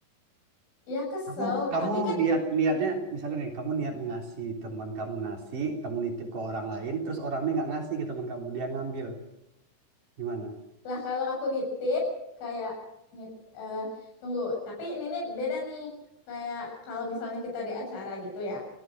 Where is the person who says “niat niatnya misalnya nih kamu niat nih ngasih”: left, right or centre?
Right